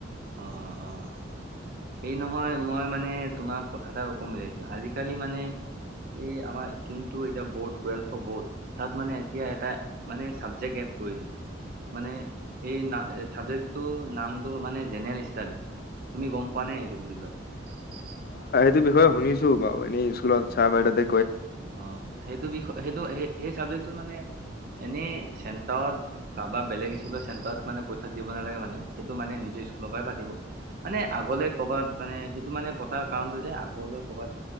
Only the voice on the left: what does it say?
স বিষয় শুনিছো বাৰ এনেই স্কুলত চাহ বাইদউতে‌